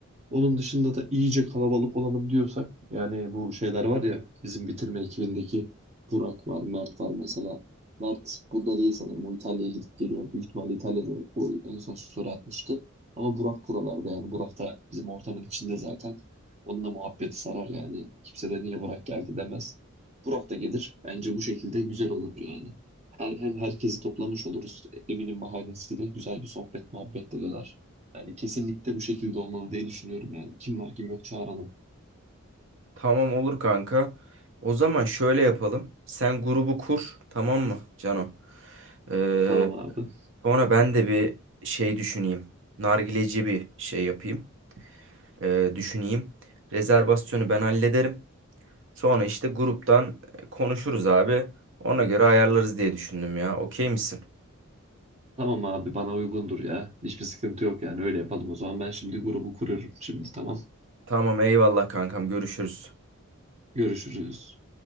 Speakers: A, on the right; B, on the right.
A: Onun dışında da iyice kalabalık olalım diyorsak yani bu şeyler var ya bizim bitirme ekibindeki Burak var, Mert var mesela. Mert burada değil sanırım. O İtalya'ya gidip geliyor. Büyük ihtimalle İtalya'da o en son story atmıştı. Ama Burak buralarda yani. Burak da bizim ortamın içinde zaten. Onunla muhabbeti sarar yani. Kimse de niye Burak geldi demez. Burak da gelir. Bence bu şekilde güzel olur yani. Hem, hem herkesi toplamış oluruz. Eminim bahanesiyle güzel bir sohbet muhabbet de döner. Yani kesinlikle bu şekilde olmalı diye düşünüyorum yani. Kim var kim yok çağıralım.
B: Tamam olur kanka. O zaman şöyle yapalım. Sen grubu kur, tamam mı Cano? Eee,
A: Tamam abi.
B: sonra ben de bir şey düşüneyim. Nargileci bir şey yapayım. e, düşüneyim. Rezervasyonu ben hallederim. Sonra işte gruptan e, konuşuruz abi. Ona göre ayarlarız diye düşündüm ya. Okey misin?
A: Tamam abi bana uygundur ya. Hiçbir sıkıntı yok yani öyle yapalım o zaman. Ben şimdi grubu kuruyorum şimdi tamam.
B: Tamam eyvallah kankam görüşürüz.
A: Görüşürüz.